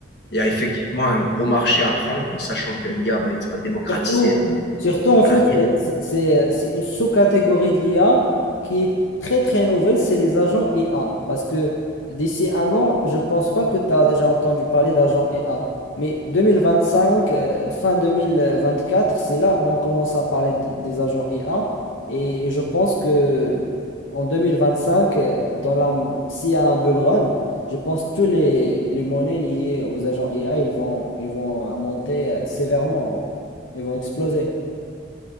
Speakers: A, on the left; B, on the left.
A: Il y a effectivement un gros marché à prendre, sachant que l'IA va être démocratisée
B: Surtout, surtout, en
A: à
B: fait,
A: l'avenir.
B: c'est c'est- c'est une sous-catégorie de l'IA qui est très très nouvelle, c'est les agents IA. Parce que d'ici un an, je pense pas que tu as déjà entendu parler d'agents IA. Mais 2025, euh, fin 2024, c'est là où on commence à parler d- des agents IA. Et je pense que en 2025, euh, dans la, s'il y a un bull run, je pense que tous les, les monnaies liées aux agents IA, ils vont, ils vont euh, monter euh, sévèrement. Ils vont exploser.